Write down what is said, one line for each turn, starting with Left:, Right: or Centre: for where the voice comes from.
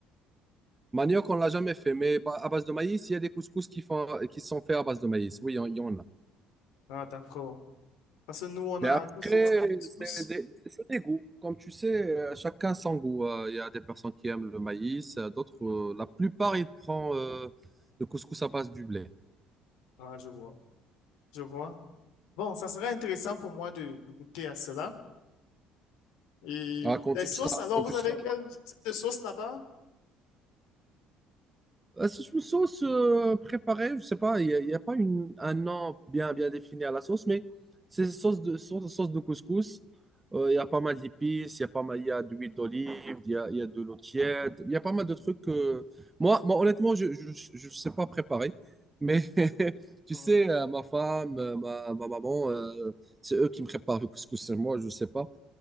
Right: manioc, on l'a jamais fait, mais bah, à base de maïs, il y a des couscous qui font, qui sont faits à base de maïs. Oui, il y en il y en a.
Left: Ah, d'accord. Parce que nous, on
Right: Mais
Left: a
Right: après,
Left: tous ces types de couscous.
Right: c'est des, c'est des goûts. Comme tu sais, euh, chacun son goût. Euh, Il y a des personnes qui aiment le maïs, euh, d'autres, euh, la plupart, ils prennent euh, le couscous à base du blé.
Left: Ah, je vois. Je vois. Bon, ça serait intéressant pour moi de, de goûter à cela. Et
Right: Ah, quand
Left: les
Right: tu
Left: sauces,
Right: seras,
Left: alors,
Right: quand tu
Left: vous avez
Right: seras
Left: quel type de sauce là-bas?
Right: Euh, C'est une sauce euh, préparée, je sais pas, il n'y a, il y a pas une, un nom bien, bien défini à la sauce, mais c'est sauce de, sauce, sauce de couscous. Euh, Il y a pas mal d'épices, il y a pas mal, il y a de l'huile d'olive, il y a, il y a de l'eau tiède, il y a pas mal de trucs. euh, Moi, moi, honnêtement, je je je sais pas préparer, mais <laughs> tu
Left: Hmm.
Right: sais, euh, ma femme, euh, ma, ma maman, euh, c'est eux qui me préparent le couscous, c'est moi, je sais pas,